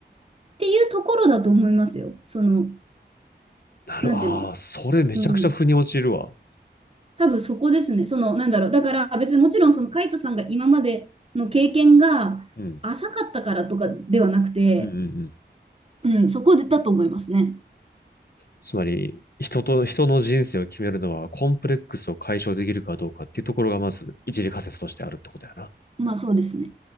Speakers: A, on the right; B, on the left.
A: っていうところだと思いますよ。その、
B: なる、
A: なんていうの。
B: ああ、それめちゃくちゃ腑に落ちるわ。
A: うん。多分そこですね。その、なんだろう。だから別にもちろんそのカイトさんが今までの経験が浅かったからとかではなくて、
B: うん。うん。うんうん。
A: うん、そこだと思いますね。
B: つまり、人と、人の人生を決めるのは、コンプレックスを解消できるかどうかっていうところが、まず、一次仮説としてあるってことやな。
A: まあそうですね。